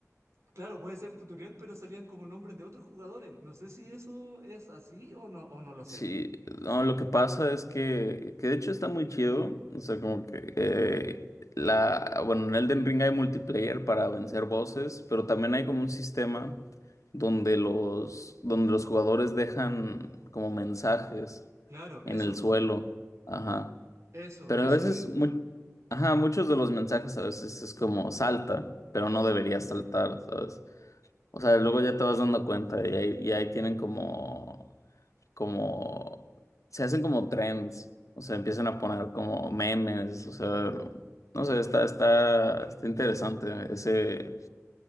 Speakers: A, on the right (about 60°); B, on the left (about 75°).
A: claro, puede ser tutorial, pero salían como nombres de otros jugadores. No sé si eso es así o no, o no lo sé.
B: Sí,
A: No
B: no,
A: sé.
B: lo que pasa es que, que de hecho está muy chido. O sea, como que eh, la, bueno, en Elden Ring hay multiplayer para vencer bosses, pero también hay como un sistema donde los, donde los jugadores dejan como mensajes
A: Claro, eso,
B: en el suelo. Ajá.
A: eso,
B: Pero
A: eso
B: a veces,
A: mismo.
B: mu- ajá, muchos de los mensajes a veces es como salta, pero no deberías saltar, ¿sabes? O sea, luego ya te vas dando cuenta y ahí, y ahí tienen como, como, se hacen como trends, o sea, empiezan a poner como memes, o sea, no sé, está, está, está interesante ese,